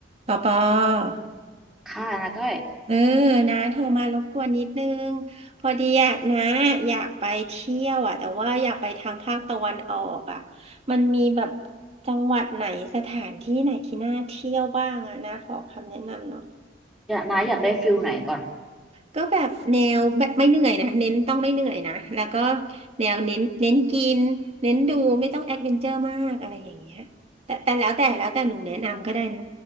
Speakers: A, on the right (about 35°); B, in the centre.
A: ปอปอ
B: ค่ะนาก็อย
A: เออนะโทรมารบกวนนิดนึงพอดีอะนะอยากไปเที่ยวอะแต่ว่าอยากไปทางภาคตะวันออกอะมันมีแบบจังหวัดไหนสถานที่ไหนที่น่าเที่ยวบ้างอะนะขอคำแนะนำหน่อย
B: อยากนาอยากได้ฟิลไหนก่อน
A: ก็แบบแนวแบบไม่เหนื่อยนะเน้นต้องไม่เหนื่อยนะแล้วก็แนวเน้นเน้นกินเน้นดูไม่ต้องแอดเวนเจอร์มากอะไรอย่างเงี้ยแต่แต่แล้วแต่แล้วแต่หนูแนะนำก็ได้นะ